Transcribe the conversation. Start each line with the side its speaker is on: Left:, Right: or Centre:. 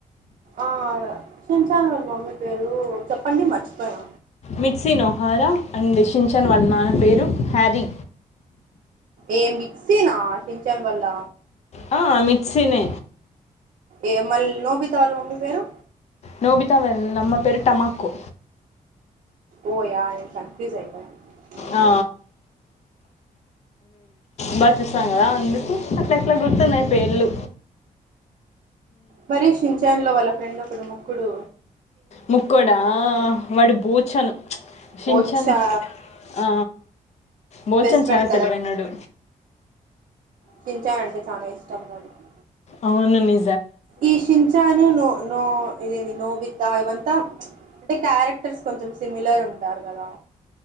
Right: ఆ సింఛన్ వాళు మమ్మీ పేరు చెప్పండి మర్చిపొయిన
Left: మిక్సీ నోహారా అండి సింఛన్ వళ్ల నాన్న పేరు హ్యారీ
Right: ఏ మిక్సీనా సింఛన్ వల్ల
Left: హ మిక్సీనే
Right: ఏ మళ్ళీ నోబితా వాళ్ళ మమ్మీ పేరు
Left: నోబితా వల్ల నమ్మ పేరు టమాకో
Right: ఓ యా నేను కన్ఫ్యూస్ అనిపించిన అయితనా
Left: ఆ బాగా చూస్తాం కదా అందుకు అట్లా ఎట్లా గుర్తున్నాయి పేళ్ళు
Right: మరీ షీన్ ఛాన్లో వాళ్ళ ఫ్రెండ్ ఒకడు మొక్కుడు
Left: ముక్కోడా వాడు పూచను షీన్
Right: బోచ్చా
Left: ఛన్ ఆ బోచన్
Right: బెస్ట్ ఫ్రెండ్
Left: చాలా తెలివి అయినోడు
Right: సింఛన్నంటే చాలా ఇష్టం వాడికి
Left: అవును అండి
Right: ఈ చింఛాను నో నో ఇదేంది నోబితా ఇవంతా అంటే క్యారెక్టర్స్ కొంచెం సిమిలర్ ఉంటారు కదా